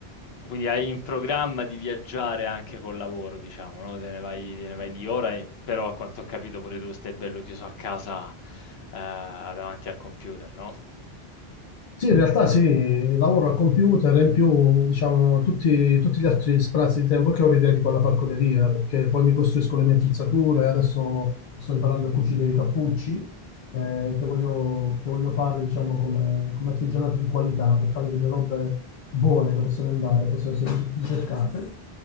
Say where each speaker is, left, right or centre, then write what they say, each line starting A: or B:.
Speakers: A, on the left (about 75°); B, on the left (about 55°).
A: quindi hai in programma di viaggiare anche col lavoro, diciamo, no, te ne vai te ne vai lì ora e però a quanto ho capito pure tu stai bello chiuso a casa, ehm, davanti al computer, no?
B: Sì, in realtà sì, lavoro al computer e in più, diciamo, tutti, tutti gli altri spazi di tempo che ho li dedico alla falconeria, perché poi mi costruisco le mie attrezzature, adesso sto imparando a cucire i cappucci, eh, che voglio, che voglio fare, diciamo, come, come artigianato di qualità, per fare delle robe buone che possono andare, possono essere ricercate.